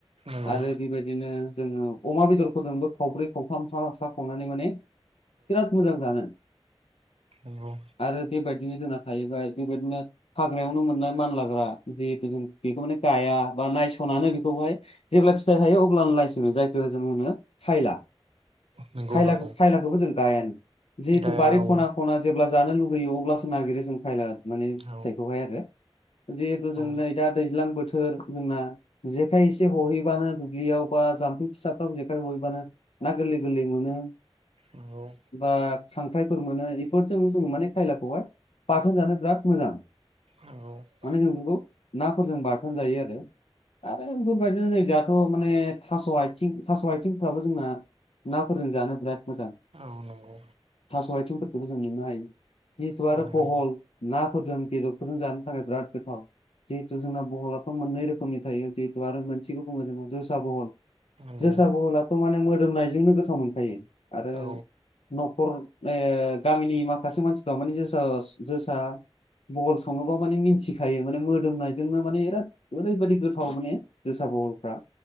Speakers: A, on the right (about 75°); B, on the left (about 80°).
A: नंगौ
B: आरो बेबायदिनो जोङो अमा बेदरफोरजोंबो खावब्रै खावथाम सा खावनानै माने बिराद मोजां जानो।
A: आरो
B: आरो बेबायदिनो जोंना थाहैबाय बेबायदिनो हाग्रायावनो मोननाय मानलाग्रा जिहेथु जों बेखौ माने गाया बा नायस'ननानै बेखौहाय जेब्ला फिथाइ थायो अब्लानो नायसङो जायखौ जों होनो खायला।
A: नंगौ
B: खायलाखौ
A: नंगौ
B: खायलाखौबो जों गायानो जिहेतु
A: गाया
B: बारि
A: औ
B: खना खना जेब्ला जानो लुुबैयो अब्लासो नागिरो जों खाइला माने फिथाइखौहाय
A: औ
B: आरो। जिहेतु
A: औ
B: जों नै दा दैज्लां बोथोर जोंना जेखाइ एसे हहैबानो दुब्लियाव बा जाम्फुं फिसाफ्राव जेखाइ हहैबानो ना गोरलै गोरलै मोनो
A: नंगौ
B: बा खांख्रायफोर मोनो। जोङो माने खायलाखौहाय बाथोन जानो बिराद मोजां।
A: औ
B: माने जों बेफोरखौ नाफोरजों बाराथोन जायो आरो। आरो बेफोरबायदिनो नै दाथ' माने थास' आथिं थास' आथिंफ्राबो जोंना नाफोरजों जानो बिराद मोजां।
A: औ नंगौ
B: थास' आथिंफोरखौबो जों नुनो हायो। जिहेतु
A: बुंनो
B: आरो बहल
A: हायो
B: नाफोरजों बेदरफोरजों जानो थाखाय बिराद गोथाव। जिहेतु जोंना बहलाफ मोननै रोखोमनि थायो जिहेतु आरो मोनसेखौ बुङो जोंङो जोसा बहल।
A: नंगौ
B: जोसा बहलाथ' माने मोदोमनायजोंनो गोथाव मोनखायो आरो
A: औ
B: न'खर ओ गामिनि माखासे मानसिफोरा माने जोसा जोसा बहल सङोबा माने मिथिखायो माने मोदोमनायजोंनो माने बिराद ओरैबायदि गोथाव माने जोसा बहलफ्रा।